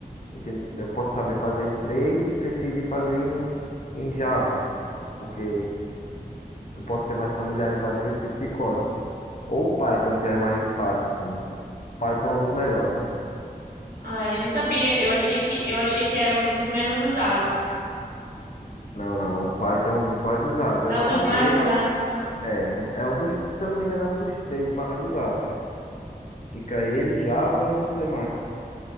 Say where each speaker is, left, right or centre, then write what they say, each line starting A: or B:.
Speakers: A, on the left; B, on the right.
A: Entende? Eu posso saber fazer em 3 e preferir fazer em, em Java, porque eu posso ser mais familiarizado com esse tipo de código. Ou Python, que é mais fácil, assim. Python é um dos melhores, né?
B: Ah, eu não sabia. Eu achei que eu achei que era um dos menos usados.
A: Não, não, o Python é um dos mais usados. É,
B: É
A: assim,
B: um dos mais
A: eu,
B: usados. Ah,
A: é, um- é um dos, se eu não me engano, é um dos três mais usados. Fica ele, Java e C++.